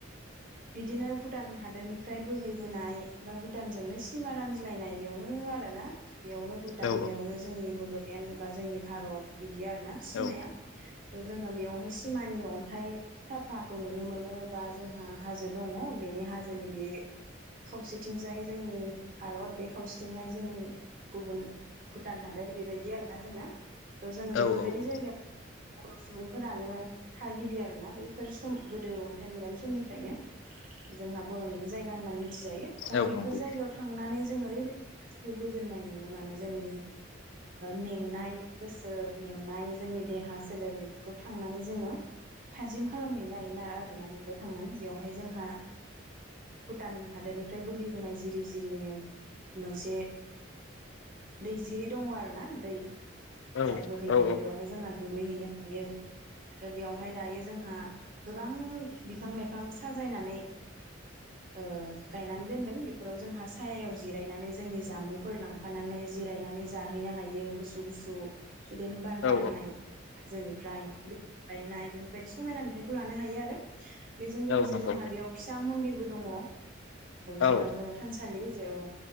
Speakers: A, on the right (about 45°); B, on the left (about 70°).
A: बिदिनो भुटान हादोरनिफ्राय बोहैबोनाय बा भुटानजोंनो सिमा रानज्लायनाय बेयावनो आरोना बेयावनो भुटान
B: औ
A: बेयावनो जोंनि बडलेण्ड <inaudible> जोंनि भारत बि बिदि आरो ना सिमाया
B: औ
A: जोङो बेयावहाय सिमानि अन्थाइ थाफाखौ नुनो मोनो बा जोंहा हाजो दङ बेनि हाजोनि बे खावसेथिंजाय जोंनि भारत बे खावसेथिंहाय जों गुबुन भुटान हादोर बेबायदि आरोना जोंना जोङो बेफोरबायदि
B: औ औ
A: जायगायाव बर सुबुंफोरानो थागिबि आरोना बैफोर सम गोदो अन्थाइ मुगानि समनिफ्रायनो जोंहा बरनिनो जायगा होननानै थि जायो दा
B: औ
A: बेफोर
B: नंगौ
A: जायगायाव थांनानै जों ओरैबायदि गोसोखौ गोजोननाय मोनो माने जोंनि मेंनाय गोसो मेंनाय जोंनि देहा सोलेर बेफोरखौ थांनानै जोङो थाजिम खालामहैनो होना आरोना बेफोराव थांनानै बेवहाय जोंहा भुटान हादोरनिफ्राय बोहैबोनाय जिरि जिरिनो मोनसे दैजिरि दङ आरो ना दै
B: औ
A: जाय बोहैबोयो
B: औ
A: बेवहाय जोंहा दुगैहैनो हैयो दा बेवहाय दायो जोंहा गोबां बिफां लाइफां साजायनानै ओ गायनानै दोनदों बेफोराव जोंहा सायायाव जिरायनानै जोंनि जामुंफोर लांफानानै जिरायनानै जाहैनो हायो गुसु गुसु सुदेम बार
B: औ
A: बारनाय हाजोनिफ्राय बायनाय बेफोरबायदि समायना नुथाइखौ लानो हायो आरो बेजों लोगोसे
B: औ नंगौ
A: जोंहा बेयाव फिसा मन्दिरबो दङ औ जेराव
B: औ
A: जोङो थानसालि जेराव